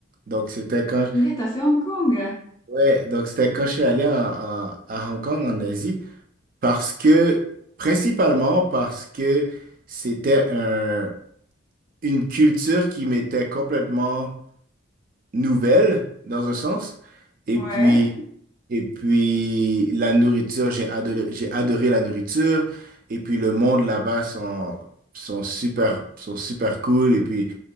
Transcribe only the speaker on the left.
Purée, t'as fait Hong Kong?
Ouais.